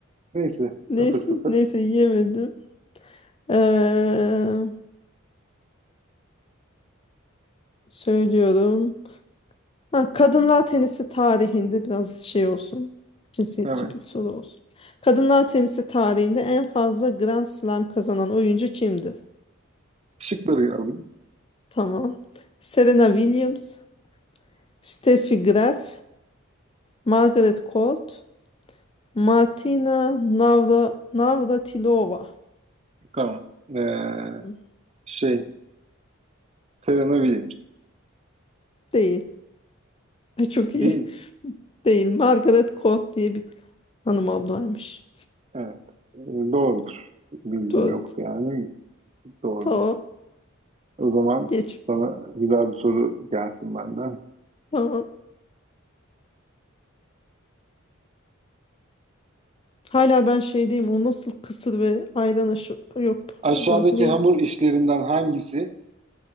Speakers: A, on the right; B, on the left.
A: Neyse.
B: Neyse,
A: Sıfır sıfır.
B: neyse yiyemedim. Ee, söylüyorum. Ha, kadınlar tenisi tarihinde biraz şey olsun. Cinsiyetçi
A: Evet.
B: bir soru olsun. Kadınlar tenisi tarihinde en fazla Grand Slam kazanan oyuncu kimdir?
A: Şıkları alayım.
B: Tamam. Serena Williams, Steffi Graf, Margaret Court, Martina Navra, Navratilova.
A: Tamam. Ee,
B: Hı,
A: şey. Serena Williams.
B: Değil. <laughs> Çok
A: Değil.
B: iyi. Değil. Margaret Court diye bir hanım ablaymış.
A: Evet. Ee, Doğrudur. Bilgim
B: Doğru.
A: yoktu yani. Doğrudur.
B: Tamam.
A: O zaman
B: Geç.
A: sana güzel bir soru gelsin benden.
B: Tamam. Hala ben şeydeyim. O nasıl kısır ve ayran aşı... Yok
A: Aşağıdaki
B: pardon. Neydi?
A: hamur işlerinden hangisi